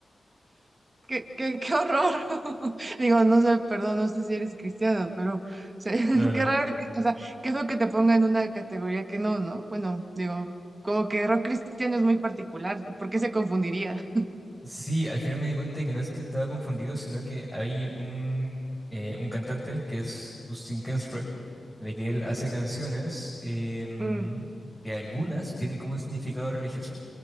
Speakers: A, on the right (about 35°); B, in the centre.
A: Qué, qué, qué horror. <laughs> Digo, no sé, perdón, no sé si eres cristiano, pero o sea, <laughs>
B: No, no.
A: qué raro, que- o sea, qué feo que te ponga en una categoría que no, ¿no? Bueno, digo, como que rock cristiano es muy particular, ¿por qué se confundiría?
B: Sí, al final me di cuenta de que no es que estaba confundido, sino que hay un, eh, un cantante que es Dustin Kensrue, de que él hace canciones em,
A: Mm.
B: que algunas tienen como un significado religioso.